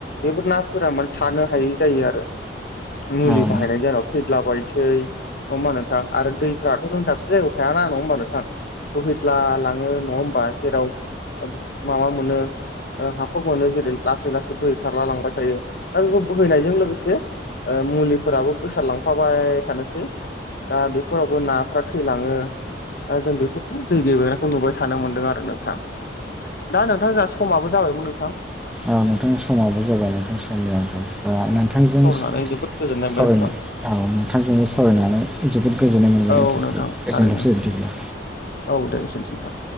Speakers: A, on the left; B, in the centre.
A: बेफोर नाफोरा माने थानो हायै जायो आरो। मुलि
B: औ
A: बाहायनाय <unintelligible> थैदला बायनोसै <unintelligible> थां आरो दैफ्राथ' नों दाबसे जायगायाव थायाना नङा होमबा नोंथां। बोहैद्ला लाङो नङा ओमबा जेराव <unintelligible> माबा मोनो ओ हाखर मोनो जेरै लासै लासै बोहै खारला लांबाय थायो दा बेखौ बोहैनायजों लोगोसे ओ मुलिफोराबो गोसारलांफाबाय थानोसै दा बेफोरावबो नाफ्रा थैलाङो दा जों बेफोरखौ दै गेबेनायखौ नुबाय थानो मोन्दों आरो नोंथां। दा नोंथां जोंहा समाबो जाबायमोन नोंथां।
B: औ नोंथां समाबो जाबाय नोंथां समनि आंखाल। ओ नोंथांजों
A: नानै जोबोद गोजोन्नाय
B: सावरायनो
A: मोनबाय नोंथां।
B: औ नोंथांजोंबो सावरायनानै जोबोद गोजोननाय मोनबाय
A: औ
B: नोंथां। गोजोनथोंसै
A: थारैनो
B: बिदिब्ला।
A: औ दे एसेनोसै नोंथां।